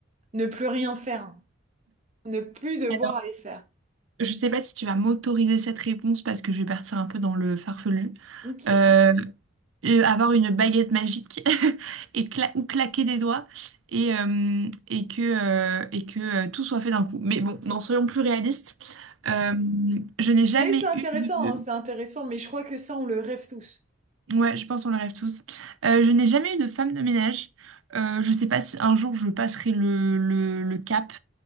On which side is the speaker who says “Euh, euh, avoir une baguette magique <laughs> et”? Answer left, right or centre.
Right